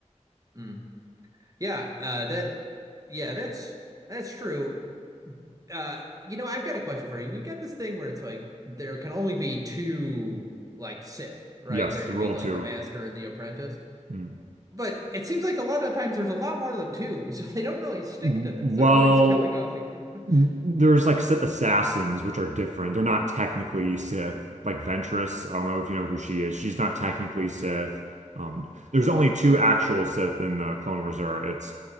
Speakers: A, on the right (about 30°); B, on the right (about 70°).
A: Mm. Yeah, uh, that yeah, that's that's true. Uh, you know, I've got a question for you. We've got this thing where it's like there can only be two like Sith, right?
B: Yes,
A: There
B: the
A: can
B: rule
A: be like
B: two.
A: the master and the apprentice.
B: Mm.
A: But it seems like a lot of times there's a lot more than two, <laughs> so they don't really stick
B: Well,
A: to this. They're always killing off each other. <laughs>
B: There's like Sith assassins, which are different. They're not technically Sith. Like Ventress, I don't know if you know who she is. She's not technically Sith. Um, there's
A: Hmm.
B: only two actual Sith in the Clone Wars era. It's